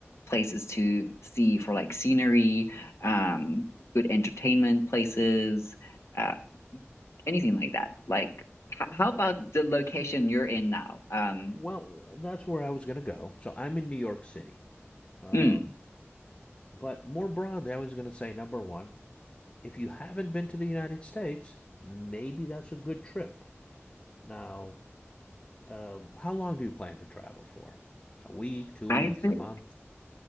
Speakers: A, on the left (about 75°); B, on the left (about 25°).
A: places to see for like scenery, um, good entertainment places, uh, anything like that. Like, h- how about the location you're in now? Um,
B: Well, that's where I was going to go. So I'm in New York City. Um,
A: mm,
B: but more broadly, I was going to say number one, if you haven't been to the United States, maybe that's a good trip. Now, uh, how long do you plan to travel for? A week, two
A: I
B: weeks,
A: think
B: a month?